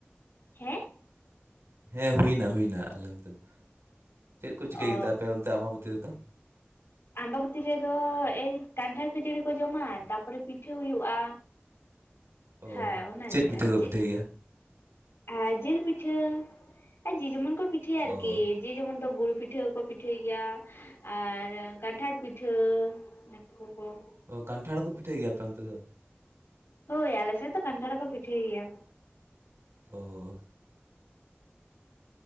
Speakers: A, on the left; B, on the right.
A: ᱦᱮᱸ
B: ᱦᱮᱸ ᱦᱩᱭᱱᱟ ᱦᱩᱭᱱᱟ ᱟᱞᱮ ᱱᱚᱱᱛᱮ ᱫᱚ ᱪᱮᱫ ᱠᱚ ᱪᱤᱠᱟᱹᱭ
A: ᱚ
B: ᱠᱮᱫᱟ ᱟᱯᱮ ᱚᱱᱛᱮ ᱟᱢᱵᱟᱹᱵᱚᱛᱤ ᱨᱮᱫᱚ
A: ᱟᱢᱵᱟᱵᱚᱛᱤ ᱨᱮᱫᱚ ᱮᱭ ᱠᱟᱱᱴᱷᱟᱲ ᱠᱷᱤᱡᱟᱹᱲᱤ ᱠᱚ ᱡᱚᱢᱟ ᱛᱟᱯᱚᱨᱮ ᱯᱤᱴᱷᱟᱹ ᱦᱩᱭᱩᱜᱼᱟ
B: ᱚ
A: ᱦᱮᱸ ᱚᱱᱟᱜᱮ
B: ᱯᱤᱴᱷᱟᱹ
A: ᱟᱨ
B: ᱠᱚ
A: ᱪᱮᱫ
B: ᱯᱤᱴᱷᱟᱹᱭ ᱜᱮᱭᱟ
A: ᱟᱨ ᱡᱤᱞ ᱯᱤᱴᱷᱟᱹ ᱟᱨ ᱡᱮ ᱡᱮᱢᱚᱱ ᱠᱚ ᱯᱤᱴᱷᱟᱹᱭᱟ
B: ᱚ
A: ᱟᱨᱠᱤ ᱡᱮ ᱡᱮᱢᱚᱱ ᱫᱚ ᱜᱩᱲ ᱯᱤᱴᱷᱟᱹᱠᱚ ᱯᱤᱴᱷᱟᱹᱭ ᱜᱮᱭᱟ ᱟᱨ ᱠᱟᱱᱴᱷᱟᱲ ᱯᱤᱴᱷᱟᱹ <unintelligible>
B: ᱚ ᱠᱟᱱᱴᱷᱟᱲ ᱦᱚᱸᱠᱚ ᱯᱤᱴᱟᱹᱭ ᱜᱮᱭᱟ ᱟᱯᱮ ᱚᱱᱛᱮ ᱫᱚ
A: ᱦᱳᱭ ᱟᱞᱮ ᱥᱮᱫ ᱫᱚ ᱠᱟᱱᱴᱷᱟᱲ ᱦᱚᱸ ᱠᱚ ᱯᱤᱴᱷᱟᱹᱭ ᱜᱮᱭᱟ
B: ᱚ